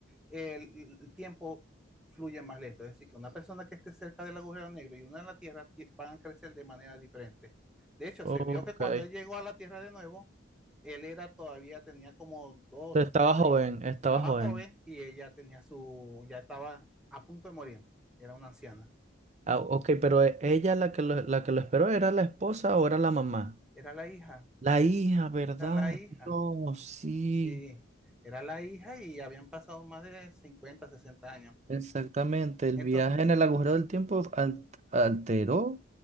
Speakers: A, in the centre; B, on the right.
A: el, el tiempo fluye más lento. Es decir, que una persona que esté cerca del agujero negro y una en la Tierra van a crecer de manera diferente. De hecho,
B: Ok,
A: se vio que cuando
B: entonces
A: él llegó a la Tierra de nuevo, él era todavía, tenía como dos,
B: estaba joven,
A: seis-
B: estaba
A: estaba
B: joven.
A: joven y ella tenía su, ya estaba a punto de morir. Era una anciana.
B: Ah, ok, pero e- ella la que lo, la que lo esperó era la esposa o era la mamá.
A: Era la hija,
B: La hija, ¿verdad?
A: era la hija,
B: Dios, sí,
A: sí, era la hija y habían pasado más de 50, 60 años.
B: exactamente. El
A: Entonces,
B: viaje en el agujero del tiempo al- alteró,